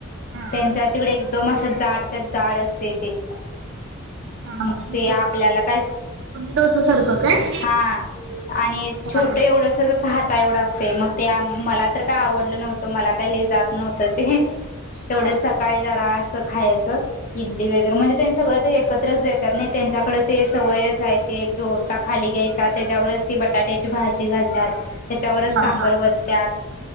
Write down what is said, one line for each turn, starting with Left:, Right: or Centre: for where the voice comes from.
Right: हा
Left: त्यांच्या तिकडे एकदम असं जाडच्या जाड असते ते
Right: हा
Left: मग
Right: हा. इडली
Left: ते आपल्याला काय
Right: डोसा सारखं काय?
Left: हा आणि
Right: हा
Left: छोट
Right: हा
Left: एवढंस जस हाता एवढं असते मग ते मला तर काय आवड आवडलं नव्हतं मला काही जात नव्हतं ते तेवढं
Right: हा
Left: सकाळी जरा असं खायचं इडली वगैरे म्हणजे त्यांनी सगळं ते एकत्रच देतात नाही त्यांच्याकडे ते सवयच आहे ते डोसा खाली घ्यायचा त्याच्यावरच ती बटाट्याची भाजी घालतात त्याच्यावरच
Right: हा
Left: सांबर
Right: हा
Left: वततात